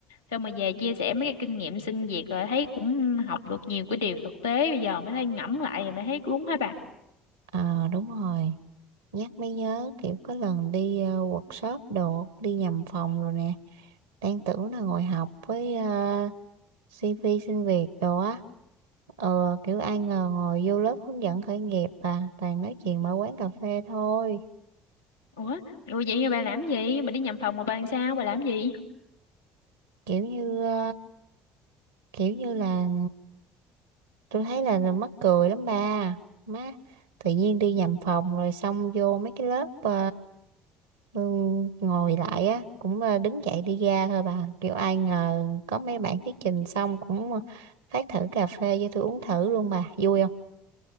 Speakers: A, on the left (about 85°); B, on the right (about 75°).
A: xong mà về chia sẻ mấy cái kinh nghiệm sinh việc rồi thấy cũng học được nhiều cái điều thực tế bây giờ mới thấy ngẫm lại rồi mới thấy đúng hả bà
B: ờ đúng rồi nhắc mới nhớ kiểu có lần đi ờ, workshop đồ đi nhầm phòng rồi nè đang tưởng là ngồi học với ờ, CV xin việc đồ á ờ kiểu ai ngờ ngồi vô lớp hướng dẫn khởi nghiệp à toàn nói chuyện mở quán cà phê thôi
A: ủa ủa vậy bà làm gì bà đi nhầm phòng mà bà làm sao bà làm gì
B: kiểu như ờ, kiểu như là tôi thấy là, là mắc cười lắm ba má tự nhiên đi nhầm phòng rồi xong vô mấy cái lớp ờ, ừ, ngồi lại á cũng ờ, đứng dậy đi ra thôi bà kiểu ai ngờ có mấy bạn thuyết trình xong cũng phát thử cà phê cho tôi uống thử luôn bà vui không